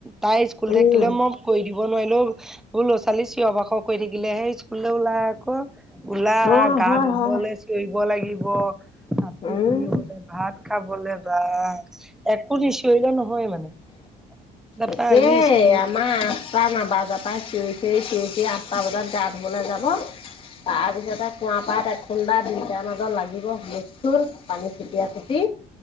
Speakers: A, in the centre; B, on the left (about 30°).
A: তাই স্কুল
B: উম
A: থাকিলে মই কৈ দিও। ক'ব নোৱাৰি নহয় এইবোৰ ল'ৰা -ছোৱালী চিঞৰ বাখৰ কৰি থাকিলেহে স্কুললে ওলাই আকৌ। উলা
B: অ
A: গা
B: হয়
A: ধুবলৈ
B: হয়
A: চিঞৰিব লাগিব। কাপোৰ
B: উম
A: পিন্ধিবলৈ, ভাত খাবলৈ বা একো নিচিঞৰিলে নহ হয় মানে। তাপা
B: একেই
A: আজি স্কুল
B: আমাৰ আঠটা নাবাজাৰ পৰা চিঞৰি এই চিয়ঁৰি চিয়ঁৰি আঠটা বজাত গা ধুবলৈ যাব। তাৰ পিছতে কুঁৱা পাত এ খুন্দা দুয়টাৰ মাজত লাগিব মুৰ পানী যেতিয়া পুতি